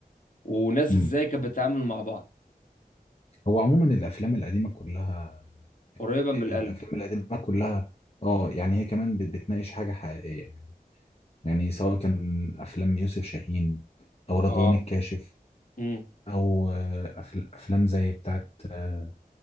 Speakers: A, on the left; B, on the left.
A: وناس
B: امم
A: ازاي كانت بتتعامل مع بعض
B: هو عموما الافلام القديمة كلها
A: قريبة من
B: الافلام
A: القلب
B: القديمة كلها اه يعني هي كمان بت- بتناقش حاجة حقيقية يعني سواء كان افلام يوسف شاهين او رضوان
A: اه
B: الكاشف
A: امم
B: او آه، أفل- افلام زي بتاعت آه،